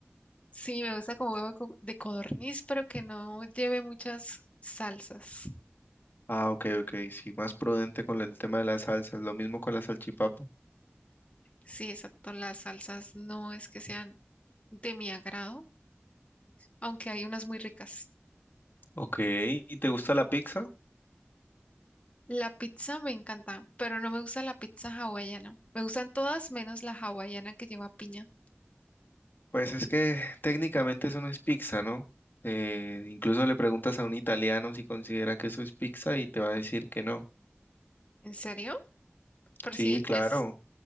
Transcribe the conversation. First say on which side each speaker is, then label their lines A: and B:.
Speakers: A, on the left; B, on the left.
A: Sí, me gusta como huevo co- de codorniz, pero que no lleve muchas salsas.
B: Ah, ok, ok, sí, más prudente con el tema de las salsas, lo mismo con la salchipapa.
A: Sí, exacto. Las salsas no es que sean de mi agrado, aunque hay unas muy ricas.
B: Ok, ¿y te gusta la pizza?
A: La pizza me encanta, pero no me gusta la pizza hawaiana. Me gustan todas menos la hawaiana que lleva piña.
B: Pues es que <laughs> técnicamente eso no es pizza, ¿no? Eh, incluso le preguntas a un italiano si considera que eso es pizza y te va a decir que no.
A: ¿En serio? Pero
B: Sí,
A: sí,
B: claro.
A: es